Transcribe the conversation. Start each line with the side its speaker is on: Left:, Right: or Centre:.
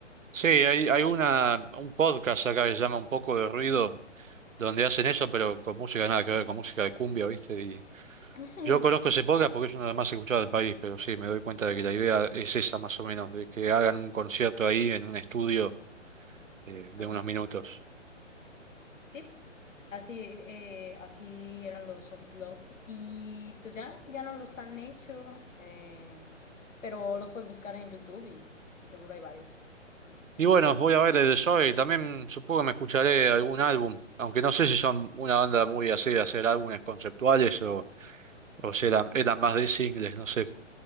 Right: Sí, hay, hay una, un podcast acá que se llama Un poco de ruido, donde hacen eso, pero con música nada que ver, con música de cumbia, ¿viste? Y
Left: <laughs> Ujú.
Right: yo conozco ese podcast porque es uno de los más escuchados del país, pero sí, me doy cuenta de que la idea es esa más o menos, de que hagan un concierto ahí en un estudio eh, de
Left: Ándale,
Right: unos minutos.
Left: sí. Sí. Así, eh, así eran los Unplugged. Y pues ya, ya no los han hecho. eh, pero los puedes buscar en YouTube y, y seguro hay varios.
Right: Y bueno, voy a ver el de Zoe, también supongo que me escucharé algún álbum, aunque no sé si son una banda muy así de hacer álbumes conceptuales o, o si eran, eran más de singles, no sé.